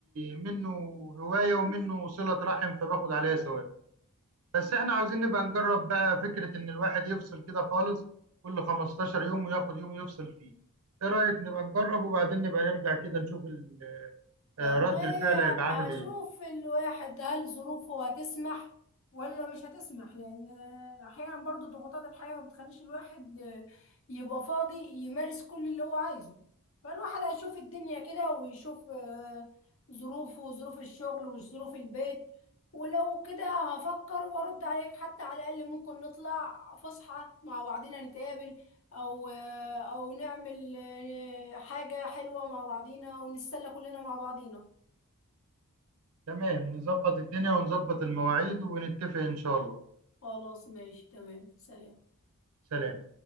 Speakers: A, on the right; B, on the left.
A: منه هواية ومنه صلة رحم فباخد عليها ثواب بس احنا عاوزين نبقى نجرب بقى فكرة ان الواحد يفصل كده خالص كل 15 يوم وياخد يوم يفصل فيه ايه رأيك نبقى نجرب وبعدين نبقى نرجع كده نشوف ال-
B: والله
A: آه، رد الفعل هيبقى عامل
B: هشوف
A: ايه
B: الواحد هل ظروفه هتسمح ولا مش هتسمح لان احيانا برضو ضغوطات الحياة ما بتخليش الواحد يبقى فاضي يمارس كل اللي هو عايزه فالواحد هيشوف الدنيا كده ويشوف آه، ظروفه وظروف الشغل وظروف البيت ولو كده هفكر وارد عليك حتى على الاقل ممكن نطلع فسحة مع بعضنا نتقابل او او نعمل آه، حاجة حلوة مع بعضينا او نتسلى كلنا مع بعضينا
A: تمام نظبط الدنيا ونظبط المواعيد ونتفق ان شاء الله
B: خلاص ماشي تمام سلام
A: سلام